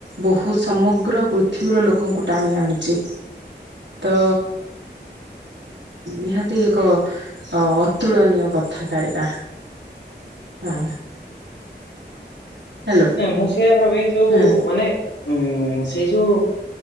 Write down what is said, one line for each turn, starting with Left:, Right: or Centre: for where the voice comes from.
Right: ବହୁତ ସମଗ୍ର ପୃଥିବୀର ଲୋକଙ୍କୁ ଟାଣି ଆଣୁଛି ତ ନିହାତି ଏକ ଅତୁଳନୀୟ କଥାଟା ଏଇଟା ହଁ ହ୍ୟାଲୋ
Left: ନାଇଁ ମୁଁ ସେଇୟଆ ଭାବେ ଯୋଉ
Right: ହୁଁ।
Left: ମାନେ, ଉଁ ସେଇ ଯୋଉ